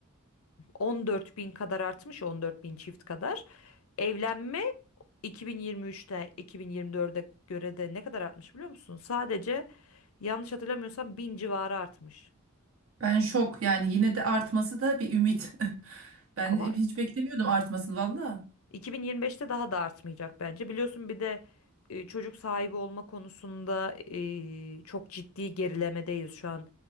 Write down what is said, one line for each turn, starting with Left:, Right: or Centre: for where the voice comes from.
Left: 14 bin kadar artmış, 14 bin çift kadar. Evlenme 2023'te 2024'e göre de ne kadar artmış biliyor musun? Sadece yanlış hatırlamıyorsam 1000 civarı artmış.
Right: Ben şok. Yani yine de artması da bir ümit. <laughs> Ben
Left: Ama
Right: hiç beklemiyordum artmasını valla.
Left: 2025'te daha da artmayacak bence. Biliyorsun bir de e, çocuk sahibi olma konusunda e, çok ciddi gerilemedeyiz şu an.